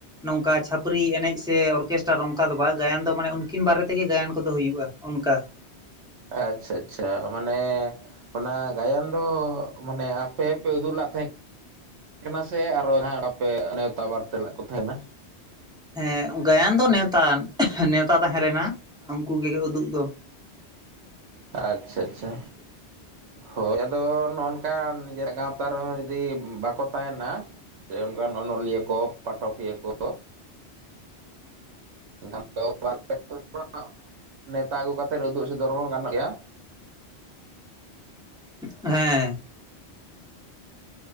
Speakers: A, in the centre; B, on the right.
A: ᱱᱚᱝᱠᱟ ᱪᱷᱟᱹᱯᱨᱤ ᱮᱱᱮᱡ ᱥᱮ ᱚᱨᱠᱮᱥᱴᱟᱨ ᱚᱝᱠᱟ ᱫᱚ ᱵᱟ ᱜᱟᱭᱟᱱ ᱫᱚ ᱢᱟᱱᱮ ᱩᱱᱠᱤᱱ ᱵᱟᱨᱮ ᱛᱮᱜᱮ ᱜᱟᱭᱟᱱ ᱠᱚᱫᱚ ᱦᱩᱭᱩᱜᱼᱟ ᱾ ᱩᱱ ᱠᱟ
B: ᱟᱪᱪᱷᱟ ᱟᱪᱪᱷᱟ ᱢᱟᱱᱮ ᱚᱱᱟ ᱜᱟᱭᱟᱱ ᱫᱚ ᱢᱟᱱᱮ ᱟᱯᱮ ᱯᱮ ᱩᱫᱩᱟᱜ ᱞᱟᱜ ᱛᱟᱦᱮᱸᱫ ᱠᱟᱱᱟ ᱥᱮ ᱟᱨᱦᱚᱸ ᱡᱟᱦᱟᱸᱭ ᱟᱯᱮ ᱱᱮᱶᱛᱟ ᱵᱟᱨᱛᱮᱞᱜ ᱠᱚ ᱛᱟᱦᱮᱸᱱᱟ?
A: ᱦᱮᱸ ᱜᱟᱭᱟᱱ ᱫᱚ ᱱᱮᱶᱮᱛᱟᱱ ᱱᱮᱶᱛᱟ ᱛᱟᱦᱮᱸ ᱞᱮᱱᱟ ᱩᱱᱠᱩ ᱜᱮ ᱩᱫᱩᱜ ᱫᱚ ᱾
B: ᱟᱪᱪᱷᱟ ᱟᱪᱪᱷᱟ ᱦᱳᱭ ᱟᱫᱚ ᱱᱚᱜ-ᱚ ᱱᱚᱝᱠᱟ ᱱᱤᱡᱮᱨᱟᱜ ᱜᱟᱶᱛᱟ ᱨᱮᱦᱚᱸ ᱡᱩᱫᱤ ᱵᱟᱠᱚ ᱛᱟᱦᱮᱱᱟ ᱥᱮ ᱚᱱᱠᱟᱱ ᱚᱱᱚᱞᱤᱭᱟᱹ ᱠᱚ ᱯᱟᱴᱷᱚᱠᱤᱭᱟᱹ ᱠᱚ ᱮᱱᱠᱷᱟᱱ ᱫᱚ <inaudible> ᱱᱮᱶᱛᱟ ᱟᱹᱜᱩ ᱠᱟᱛᱮᱜ ᱩᱫᱩᱜ ᱥᱮᱚᱫᱚᱨ ᱦᱚᱸ ᱜᱟᱱᱚᱜ ᱜᱮᱭᱟ ᱾
A: ᱦᱮᱸ